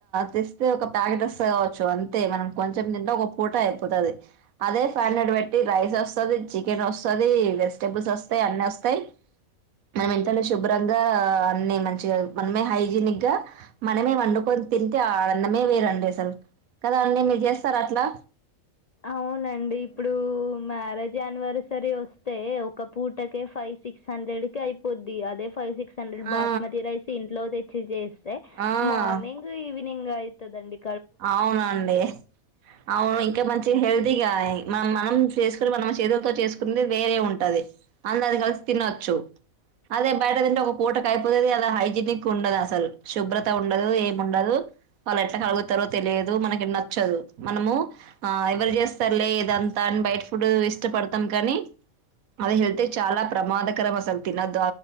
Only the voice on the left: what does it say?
అవునండి ఇప్పుడు మ్యారేజ్ యానివర్సరీ వస్త అస్తే ఒక పూటకే ఫైవ్ సిక్స్ హండ్రెడ్ కి అయిపోద్ది అదే ఫైవ్ సిక్స్ హండ్రెడ్ బాస్మతి
రైస్ ఇంట్లో తెచ్చిజెస్తే
మార్నింగ్ ఈవెనింగ్ నింగ్ ఐతదండి